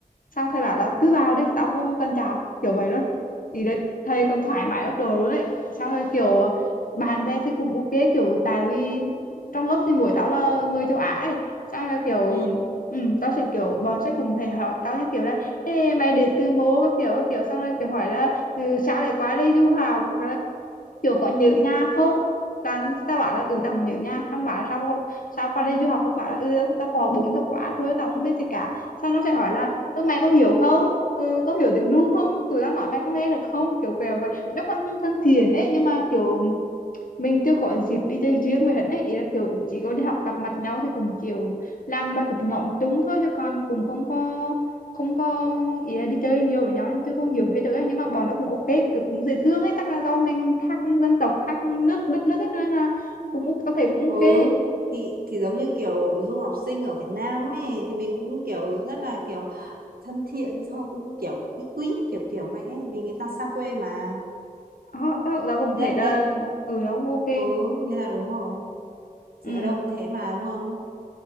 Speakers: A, on the left (about 65°); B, on the right (about 80°).
A: xong thầy bảo là cứ vào đi tao không cần chào kiểu vậy luôn thì đấy thầy còn thoải mái ốc đồ luôn đấy xong rồi kiểu bạn bè thì cũng ok kiểu tại vì trong lớp thì buổi tao là người châu Á ấy. Sao là kiểu
B: Ừ.
A: ừ, tao sẽ kiểu bọn sẽ cùng thầy hỏi tao như kiểu là Ê, mày đến từ mô các kiểu các kiểu xong rồi kiểu hỏi là ừ, sao lại qua đây du học hoặc là kiểu có nhớ nhà không toàn tao bảo là ừ tao không nhớ nhà xong bảo là sao có- sao qua đây du học xong bảo là ừ tao có bốn tháng quá thôi tao không biết gì cả xong nó sẽ hỏi là ừ, mày có hiểu không ừ, có hiểu tiếng ru không tụi tao nói mày có nghe được không kiểu kiểu vậy nó không thân thiện ấy nhưng mà kiểu mình chưa có dịp đi chơi riêng với hắn ấy ý là kiểu chỉ có đi học gặp mặt nhau thì cùng kiểu làm bài tập nhóm chung thôi chứ còn cùng không có không có ý là đi chơi nhiều với nhau nên chưa có hiểu hết được ấy nhưng mà bọn nó cũng ok kiểu cũng dễ thương ấy chắc là do mình khác dân tộc khác nước đất nước ấy nên là cũng ok- tao thấy cũng ok
B: Ừ. Thì thì giống như kiểu du học sinh ở Việt Nam ấy thì mình cũng kiểu rất là kiểu thân thiện sau cũng kiểu quý quý kiểu kiểu vậy ấy, vì người ta xa quê mà.
A: Ờ, tao tao cũng
B: Nên
A: thấy là
B: nên
A: ừ nó cũng ok
B: ừ, nên là đúng rồi.
A: ừ,
B: Thì ở đâu cũng thế mà đúng không?